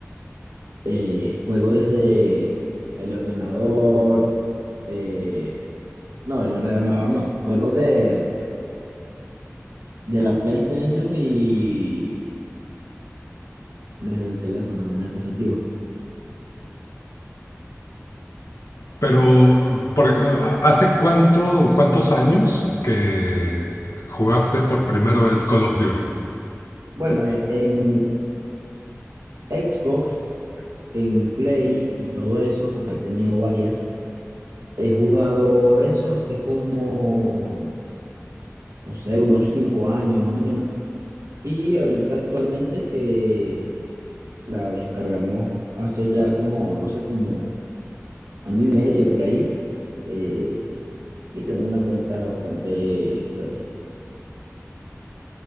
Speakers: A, on the right (about 80°); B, on the left (about 80°).
A: eh, juego desde el ordenador. eh, no, el ordenador no. Juego de, de la PlayStation y desde el teléfono, del dispositivo.
B: Pero, por- eh, ¿hace cuánto, cuántos años que jugaste por primera vez Call of Duty?
A: Bueno, eh, en Xbox, en Play y todo eso, porque he tenido varias, he jugado eso hace como, no sé, unos cinco años más o menos. Y ahorita actualmente que la descargamos hace ya como, no sé, como año y medio por ahí, eh, y tengo una cuenta bastante buena.